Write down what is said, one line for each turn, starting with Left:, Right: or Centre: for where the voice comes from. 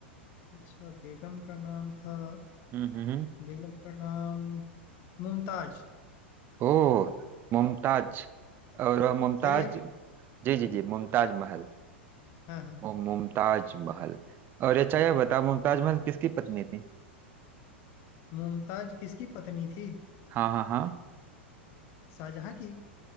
Left: अच्छा बेगम का नाम था
Right: हम्म हम्म हम्म।
Left: बेगम का नाम मुमताज
Right: ओह मुमताज और वह मुमताज
Left: सही है ना
Right: जी जी जी मुमताज महल
Left: हाँ हाँ
Right: ओ मुमताज महल और अच्छा यह बता मुमताज महल किसकी पत्नी थी
Left: मुमताज किसकी पत्नी थी
Right: हाँ हाँ हाँ
Left: शाहजहां की